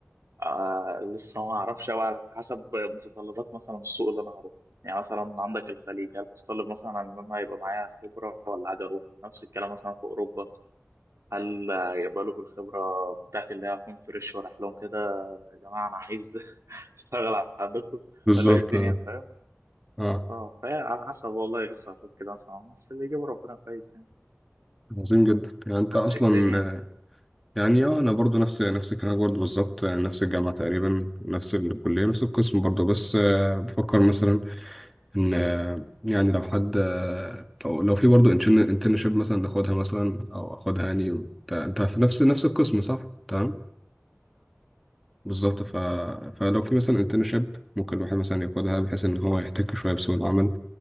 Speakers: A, on the right; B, in the centre.
A: آه لسه ما اعرفش قوي على حسب متطلبات مثلا السوق اللي انا هروح يعني مثلا عندك الخليج هل متطلب مثلا ان انا يبقى معايا خبره ولا عادي اروح نفس الكلام مثلا في اوروبا هل آه، يقبلوا بالخبره بتاعتي اللي هي هكون فريش ورايح لهم كده يا جماعه انا عايز <laughs> اشتغل عندكم
B: بالظبط
A: ولا ايه الدنيا
B: اه
A: فاهم
B: اه
A: اه فهي على حسب والله لسه هشوف كده مثلا بس اللي يجيبه ربنا كويس يعني
B: عظيم جدا يعني انت
A: انت
B: اصلا
A: ايه الدنيا
B: يعني اه انا برضو نفس نفس الكلام برضو بالظبط آه، نفس الجامعه تقريبا نفس الكليه نفس القسم برضو بس آه، بفكر مثلا ان آه، يعني لو حد آه، لو لو في برضو انترنشيب مثلا ناخدها مثلا او اخدها يعني انت انت في نفس نفس القسم صح تمام بالظبط ف... فلو في مثلا انترنشيب ممكن الواحد مثلا ياخدها بحيث ان هو يحتك شويه بسوق العمل